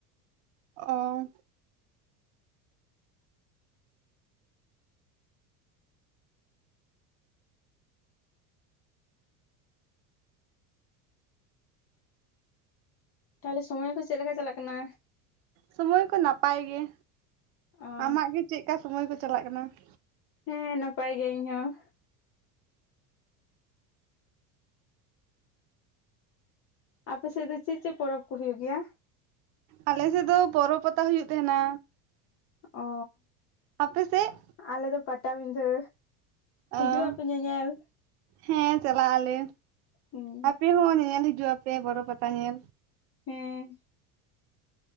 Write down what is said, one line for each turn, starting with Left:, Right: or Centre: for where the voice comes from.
Right: ᱚᱻ
Left: ᱛᱟᱦᱚᱞᱮ ᱥᱚᱢᱚᱭ ᱠᱚ ᱪᱮᱫ ᱞᱮᱠᱟ ᱪᱟᱞᱟᱜ ᱠᱟᱱᱟ
Right: ᱥᱚᱢᱚᱭ ᱠᱚ ᱱᱟᱯᱟᱭ ᱜᱮ
Left: ᱚ
Right: ᱟᱢᱟᱜ ᱜᱮ ᱪᱮᱫ ᱞᱮᱠᱟ ᱥᱚᱢᱚᱭ ᱠᱚ ᱪᱟᱞᱟᱜ ᱠᱟᱱᱟ ᱾
Left: ᱦᱮᱸ ᱱᱟᱯᱟᱭ ᱜᱮ ᱤᱧ ᱦᱚᱸ ᱟᱯᱮ ᱥᱮᱫ ᱫᱚ ᱪᱮᱫ ᱪᱮᱫ ᱯᱚᱨᱚᱵᱽ ᱠᱚ ᱦᱩᱭᱩᱜ ᱜᱮᱭᱟ
Right: ᱟᱞᱮ ᱥᱮᱫ ᱫᱚ ᱵᱚᱨᱚ ᱯᱟᱛᱟ ᱦᱩᱭᱩᱜ ᱛᱟᱦᱮᱸᱱᱟ
Left: ᱚ
Right: ᱟᱯᱮ ᱥᱮᱛ
Left: ᱟᱞᱮ ᱫᱚ ᱯᱟᱴᱟᱵᱤᱷᱟᱹ
Right: ᱚ
Left: ᱦᱤᱡᱩᱜ ᱟᱯᱮ ᱧᱮᱧᱮᱞ
Right: ᱦᱮᱸ ᱪᱟᱞᱟᱜ ᱟᱞᱮ
Left: ᱦᱩᱸ
Right: ᱟᱯᱮ ᱦᱚᱸ ᱧᱮᱧᱮᱞ ᱦᱤᱡᱩᱜ ᱟᱯᱮ ᱵᱚᱨᱚ ᱯᱟᱛᱟ ᱧᱮᱞ
Left: ᱦᱮᱸ